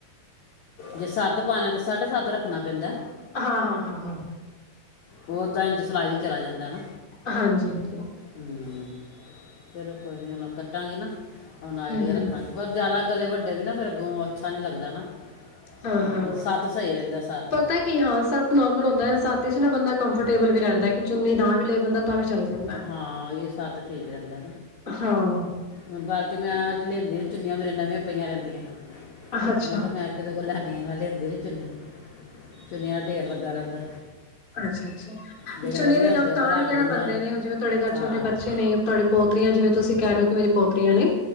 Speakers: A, on the left (about 60°); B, on the left (about 25°).
A: ਜੇ ਸੱਤ ਪਾਨੈ ਤਾਂ, ਸਾਢੇ- ਸੱਤ ਰੱਖਨਾ ਪੈਂਦਾ।
B: ਹਾਂ, ਹਾਂ, ਹਾਂ- ਹਾਂ।
A: ਉਹ ਅੱਧਾ- ਇੰਚ ਸਿਲਾਈ ਚ ਚਲਾ ਜਾਂਦਾ ਹੈਨਾ।
B: ਹਾਂਜੀ ਹਾਂਜੀ
A: ਹਮ, ਚਲੋ ਕੋਈ ਨੀ ਉਹਨੂੰ ਕੱਟਾਂਗੀ ਨਾ, ਹੂਨ ਆਈਡੀਆ
B: ਹੂੰ-ਹੂੰ,
A: ਰੱਖਾਂਗੀ। ਪਰ ਜ਼ਿਆਦਾ ਗਲੇ ਵੱਡੇ ਵੀ ਨਾ ਫੇਰ ਅੱਗੋਂ, ਅੱਛਾ ਨੀ ਲੱਗਦਾ ਨਾ।
B: ਹਾਂ,
A: ਅਹ
B: ਹਾਂ
A: ਮਤਲਬ ਸੱਤ ਸਹੀ ਰਹਿੰਦਾ ਸੱਤ
B: ਪਤਾ ਕੀ ਹਾਂ ਸੱਤ ਨੋਰਮਲ ਹੁੰਦਾ। ਸੱਤ ਚ ਨਾ ਬੰਦਾ ਕੰਫਰਟੇਬਲ ਵੀ ਰਹਿੰਦਾ, ਕਿ ਚੁੰਨੀ ਨਾ ਵੀ ਲੈ ਬੰਦਾ ਤਾਂ ਵੀ ਚੱਲ ਜਾਂਦਾ।
A: ਹਾਂ, ਓਈਹੋ ਸੱਤ ਠੀਕ ਰਹਿੰਦੈ,
B: ਹਾਂ,
A: ਹੁਣ ਬਲਕਿ ਮੈਂ ਲੈਂਦੀ ਨੀ ਚੁੰਨੀਆਂ, ਮੇਰੇ ਨਵੀਆਂ ਪਈਆਂ ਰਹਿੰਦੀਆਂ।
B: ਅੱਛਾ
A: ਮੈਂ ਕਿਹਾ ਮੈਂ ਅੱਗੇ ਦੇ ਉਹ ਲੇਨ੍ਹੀਂ ਆ ਮੈ ਲੈਂ ਦੀ ਚੁੰਨੀ, ਚੁੰਨੀਆਂ ਦਾ ਢੇਰ ਲੱਗਾ ਰਹਿੰਦਾ।
B: ਅੱਛਾ- ਅੱਛਾ,
A: ਜਿਹੜੇ
B: ਚਲੋ
A: ਵਧੀਆ
B: ਇਹਦੇ
A: ਹੁੰਦੇ
B: ਕਫਤਾਨ
A: ਉਹ ਤਾਂ ਰੱਖ
B: ਵਗੈਰਾ
A: ਦਿੰਨੇ
B: ਬਨਦੇ
A: ਆ
B: ਨੇ ਉਹ ਜਿਵੇਂ ਤੁਵਾਡੇ ਘਰ
A: ਹਾਂ
B: ਛੋੇਟੇ ਬੱਚੇ ਨੇ, ਤੁਹਾਡੀ ਪੋਤਰੀਆਂ ਜਿਵੇਂ ਤੁਸੀ ਕੈ ਰੇ ਹੋ ਕਿ, ਮੇਰੀ ਪੋਤਰੀਆਂ ਨੇ।